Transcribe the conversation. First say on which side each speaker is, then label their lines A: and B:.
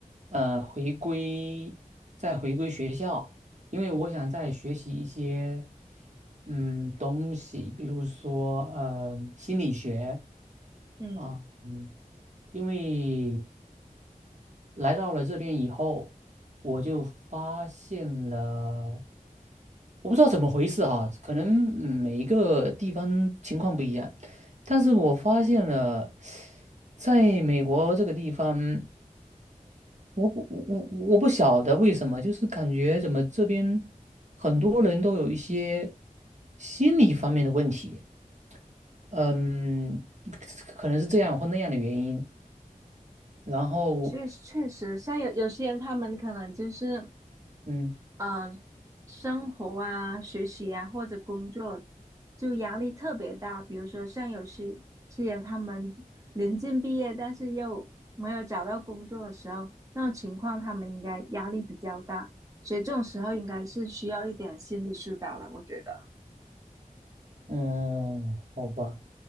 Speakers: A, on the right (about 55°); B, on the right (about 25°).
A: 呃，回归，再回归学校，因为我想再学习一些嗯东西，比如说嗯心理学
B: 嗯
A: 啊，嗯，因为。来到了这边以后，我就发现了，我不知道怎么回事哈、可能嗯每一个地方情况不一样，但是我发现了，在美国这个地方，我不我我我不晓得为什么，就是感觉怎么这边很多人都有一些心理方面的问题，嗯，可能是这样或那样的原因，然后
B: 确确实，像有有些人，他们可能就是，
A: 嗯
B: 嗯、呃生活啊、学习啊或者工作，就压力特别大。比如说，像有些些人，他们临近毕业，但是又没有找到工作的时候，那种情况，他们应该压力比较大，所以这种时候应该是需要一点心理疏导了，我觉得。
A: 嗯，好吧。